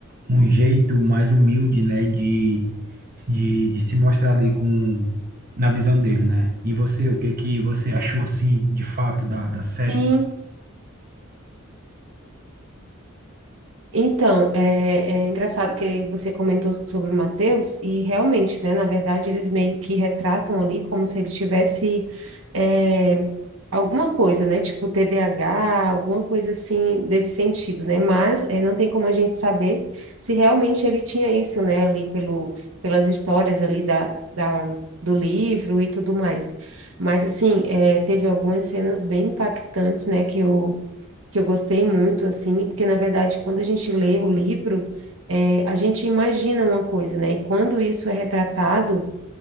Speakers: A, on the right; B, on the right.
A: um jeito mais humilde, né, de, de, de se mostrar ali com na visão dele, né? E você, o que que você achou assim, de fato, da, da série?
B: Sim. Então, é, é engraçado que você comentou sobre o Mateus, e realmente, né, na verdade, eles meio que retratam ali como se ele tivesse é, alguma coisa, né, tipo TDAH, alguma coisa assim desse sentido, né, mas é, não tem como a gente saber se realmente ele tinha isso, né, ali pelo, pelas histórias ali da, da, do livro e tudo mais. Mas, assim, é, teve algumas cenas bem impactantes, né, que eu que eu gostei muito, assim, porque na verdade, quando a gente lê o livro, é, a gente imagina uma coisa, né? E quando isso é retratado